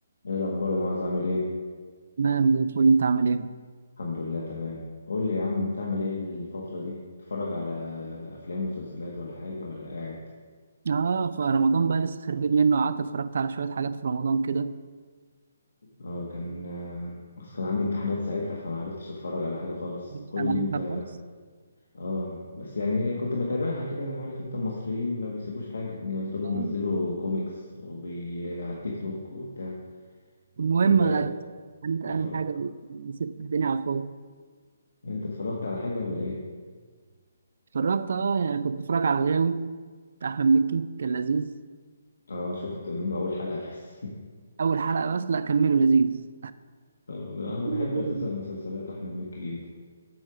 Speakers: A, on the left (about 85°); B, on the right (about 55°).
A: ايه الاخبار يا معاذ عامل ايه
B: تمام زي الفل انت عامل ايه؟
A: الحمد لله تمام قول لي يا عم بتعمل ايه الفتره دي بتتفرج على افلام ومسلسلات ولا حاجه ولا قاعد
B: اه فرمضان بقى لسه خارجين منه قعدت اتفرجت على شوية حاجات في رمضان كده
A: اه كان آه، بس كان عندي امتحانات ساعتها فما عرفتش اتفرج على حاجه خالص
B: مش
A: قول
B: على
A: لي
B: عليك
A: انت
B: بقى خالص
A: اه بس يعني ايه، كنت بتابعها كده عارف انت المصريين ما بيسيبوش حاجه بينزلوا
B: آه،
A: ينزلوا كوميكس وبي... على التيك توك وبتاع
B: المهم
A: انت
B: يعني انت
A: اتفرج
B: اهم حاجة نسيت الدنيا على الفاضي
A: انت اتفرجت على حاجه ولا ايه
B: اتفرجت اه يعني كنت بتفرج على الغاوي بتاع احمد مكي كان لذيذ
A: اه شفت منه اول حلقه بس <laughs>
B: اول حلقة بس لا كملوا لذيذ
A: طب انا
B: <laughs>
A: بحب اساسا مسلسلات احمد مكي جدا